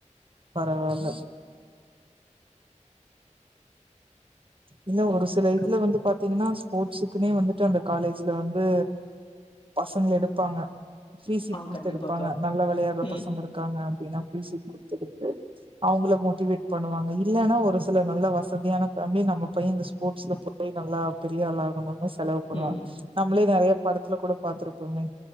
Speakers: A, on the right (about 45°); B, on the left (about 45°).
A: பரவால்ல இல்ல ஒரு சில இதுல
B: கப்
A: வந்து பாத் தீங்னா ஸ்போர்ட்ஸுக்குமே வந்துட்டு அந்த காலேஜ்ல வந்து பசங்க எடுப்பாங்க ஃப்ரி சீட்
B: ஆ
A: குடுத்து
B: கண்டிப்பாக்கா.
A: எடுப்பாங்க நல்லா விளையாடுற
B: ம்,
A: பசங்க இருக்காங்க அப்டின்னா <unintelligible> அவங்கள மோட்டிவேட் பண்ணுவாங்க இல்லன்னா ஒரு சில நல்ல வசதியான ஃபேமிலி நம்ம பைய இந்த ஸ்போர்ட்ஸில போயி நல்லா பெரியாளாகணுனு செலவு பண்ணுவாங்
B: ம்,
A: நம்மளே நெறய படத்துல கூட பார்த்திருப்போமே